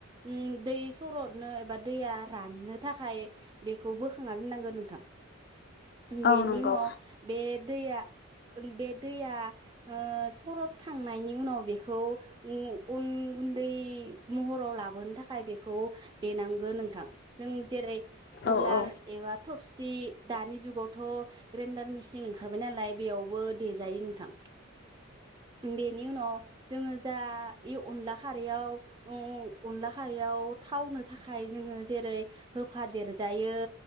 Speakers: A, on the right; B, on the left.
A: उम दै सरदनो एबा दैया राननो थाखाय बेखौ बोखांना दोनांगौ नोंथां। बेनि
B: औ नंगौ
A: उनाव बे दैया बे दैया ओ सरद खांनायनि उनाव बेखौन उम अन गुन्दै महराव लाबोनो थाखाय बेखौ देनांगोन नोंथां जों जेरै
B: औ
A: उलार।
B: औ
A: एबा थबसि दानि जुगावथ' ग्रेन्डार मेसिन ओंखारबाय नालाय बेयावबो देजायो नोंथां बेनि उनाव जोङो जा ए अनला खारैयाव अनला खारैयाव थावनो थाखाय जोङो जेरै होफा देरजायो।